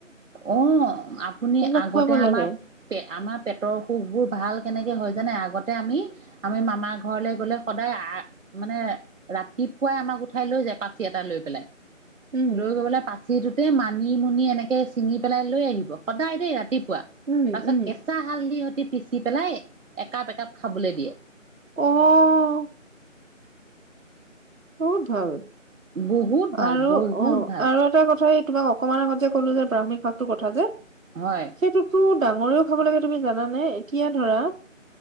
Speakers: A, on the right; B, on the right.
A: অ', আপুনি
B: এইবিলাক
A: আগতে
B: খুৱাব লাগে
A: আমাৰ পে- আমাৰ পেটৰ অসুখবোৰ ভাল কেনেকে হয় জানে? আগতে আমি, আমি মামাৰ ঘৰলে গ'লে সদায় আ- মানে ৰাতি পুৱাই আমাক উঠাই লৈ যায়, পাচি এটা লৈ পেলাই।
B: উম
A: লৈ গৈ পেলাই পাচিটোতে মানিমুনি এনেকে চিঙি পেলাই লৈ আহিব। সদায় দেই, ৰাতিপুৱা।
B: উম
A: তাৰ পিছত
B: উম
A: কেঁচা হালধি পিচি পেলাই একাপ - একাপ খাবলৈ দিয়ে।
B: অ'। বহুত ভাল।
A: বহুত ভাল
B: আৰু
A: বহুত
B: অ',
A: ভাল
B: আৰু এটা কথা এই তোমাক অকমান আগত যে, ক'লো যে ব্ৰাহ্মী শাকটো কথা যে।
A: হয়
B: সেইটোতো ডাঙৰেও খাব লাগে, তুমি জানানে? এতিয়া ধৰা